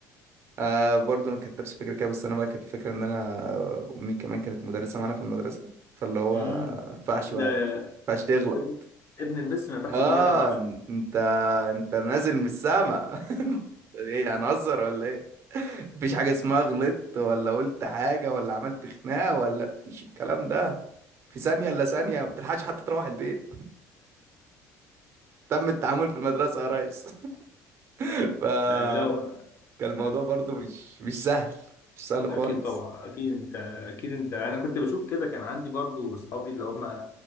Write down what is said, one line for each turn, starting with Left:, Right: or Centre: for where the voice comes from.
Right: آه برضه انا كانت نفس الفكره كده بس انا بقى كانت الفكره ان انا امي كمان كانت مدرسه معانا في المدرسه فاللي هو
Left: امم
Right: ما ينفعش بقى
Left: ده
Right: ما ينفعش تغلط
Left: ابن ابن المس ما ينفعش
Right: اه
Left: يجيب انا من عشرة
Right: ن- انت انت نازل من السما <laughs> ايه هنهزر ولا ايه مفيش حاجه اسمها غلطت ولا قلت حاجه ولا عملت خناقه ولا مفيش الكلام ده في ثانيه الا ثانيه ما بتلحقش حتى تروح البيت تم التعامل في المدرسه يا ريس <laughs> فكان
Left: <laughs> لو
Right: الموضوع برضه مش مش سهل مش سهل
Left: اكيد
Right: خالص
Left: طبعا اكيد انت اكيد انت انا كنت بشوف كده كان عندي برضو اصحابي اللي هم